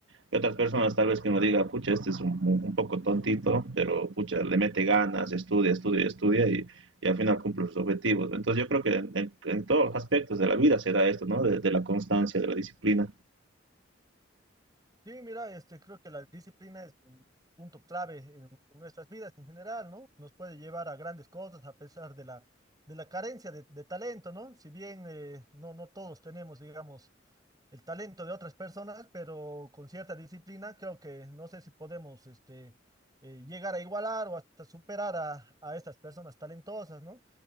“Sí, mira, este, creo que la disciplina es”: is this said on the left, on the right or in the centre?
Right